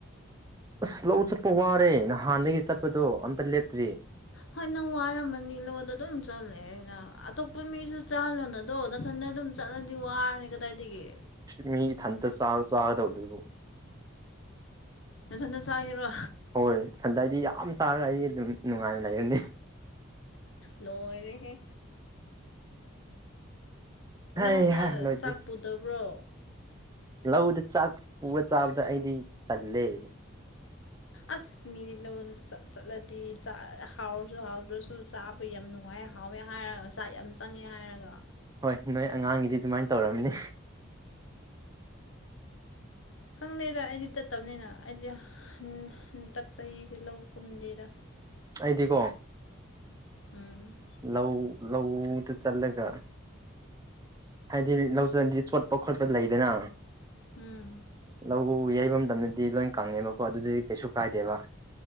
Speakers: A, on the right; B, on the left.
A: ꯑꯁ ꯂꯧ ꯆꯠꯄ ꯋꯥꯔꯦ ꯅꯍꯥꯟꯗꯒꯤ ꯆꯠꯄꯗꯣ ꯑꯝꯇ ꯂꯦꯞꯇ꯭ꯔꯤ
B: ꯍꯣꯏ ꯅꯪ ꯋꯥꯔꯝꯃꯅꯤ ꯂꯣꯗ ꯑꯗꯨꯝ ꯆꯜꯂꯩꯔꯦꯅ ꯑꯇꯣꯞꯄ ꯃꯤꯁꯨ ꯆꯥꯍꯜꯂꯣꯅ ꯗꯣ ꯅꯊꯟꯗ ꯑꯗꯨꯝ ꯆꯠꯂꯗꯤ ꯋꯥꯔꯅꯤ ꯀꯗꯥꯏꯗꯒꯤ
A: ꯃꯤ ꯏꯊꯟꯇ ꯆꯥ ꯆꯥꯒꯗꯧꯗꯨꯕꯨ
B: ꯅꯊꯟꯗ ꯆꯥꯒꯦꯔꯣ
A: ꯍꯣꯏ ꯏꯊꯟꯇꯗꯤ ꯌꯥꯝ ꯆꯥꯔ ꯂꯩ ꯑꯗꯨꯝ ꯅꯨꯡꯉꯥꯏꯅ ꯂꯩꯔꯅꯤ
B: ꯂꯣꯏꯔꯦꯍꯦ
A: ꯍꯩ
B: ꯂꯧꯗ
A: ꯍꯥ ꯂꯣꯏꯗ꯭ꯔꯤ
B: ꯆꯥꯛ ꯄꯨꯗꯕ꯭ꯔꯣ
A: ꯂꯧꯗ ꯆꯥꯛ ꯄꯨꯔ ꯆꯥꯕꯗꯣ ꯑꯩꯗꯤ ꯇꯜꯂꯦ
B: ꯑꯁ ꯃꯤꯗꯤ ꯂꯧꯗ ꯆꯠ ꯆꯠꯂꯗꯤ ꯆꯥ ꯍꯥꯎꯔꯁꯨ ꯍꯥꯎꯇ꯭ꯔꯁꯨ ꯆꯥꯕ ꯌꯥꯝ ꯅꯨꯡꯉꯥꯏ ꯍꯥꯎꯋꯦ ꯍꯥꯏꯔꯒ ꯆꯥꯛ ꯌꯥꯝ ꯆꯪꯉꯦ ꯍꯥꯏꯔꯒ
A: ꯍꯣꯏ ꯅꯣꯏ ꯑꯉꯥꯡꯒꯤꯗꯤ ꯑꯗꯨꯃꯥꯏꯟ ꯇꯧꯔꯝꯅꯤ
B: ꯈꯪꯗꯦꯗ ꯑꯩꯗꯤ ꯆꯠꯇꯝꯅꯤꯅ ꯑꯩꯗꯤ ꯍꯟ ꯍꯟꯇꯛ ꯆꯍꯤꯁꯦ ꯂꯧ ꯀꯨꯝꯗꯦꯗ
A: ꯑꯩꯗꯤꯀꯣ
B: ꯎꯝ
A: ꯂꯧ ꯂꯧꯗ ꯆꯠꯂꯒ ꯍꯥꯏꯗꯤ ꯂꯧ ꯆꯠꯂꯗꯤ ꯆꯣꯠꯄ ꯈꯣꯠꯄ ꯂꯩꯗꯅ
B: ꯎꯝ
A: ꯂꯧ ꯌꯩꯕ ꯃꯇꯝꯗꯗꯤ ꯂꯣꯏ ꯀꯪꯉꯦꯕꯀꯣ ꯑꯗꯨꯗꯤ ꯀꯩꯁꯨ ꯀꯥꯏꯗꯦꯕ